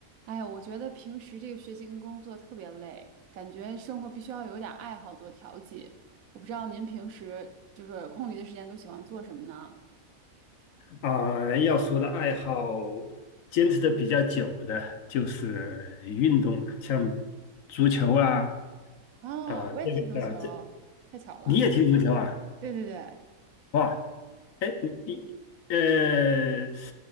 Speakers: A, on the right; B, on the left.
A: 哎呀，我觉得平时这个学习跟工作特别累，感觉生活必须要有点爱好做调剂。我不知道您平时就是空余的时间都喜欢做什么呢？
B: 啊，要说的爱好，坚持的比较久的就是运动了，像足球啊，
A: 哦，
B: 啊，
A: 我也踢足球，
B: 这个啊，这
A: 太巧了。
B: 你也踢足球啊？
A: 对对对，
B: 哇，哎，你你呃，